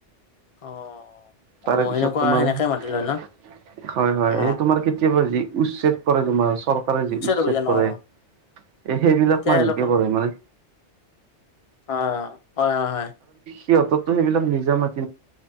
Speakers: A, on the left; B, on the right.
A: অ'।
B: তাৰে
A: অ
B: পিছত
A: সেনেকুৱা
B: তোমাৰ,
A: সেনেকে মাতি
B: হয়,
A: লয় ন
B: হয়,
A: অ
B: এই তোমাৰ কেতিয়াবা লি উচ্ছেদ কৰে তোমাৰ চৰকাৰে যি উচ্ছেদ
A: অভিযান
B: কৰে।
A: অ
B: এ, সেইবিলাক
A: তেতিয়া
B: মানুহকে
A: এওঁলোকৰ
B: কৰে মানে।
A: অ', হয়, হয়, হয়।
B: <unintelligible>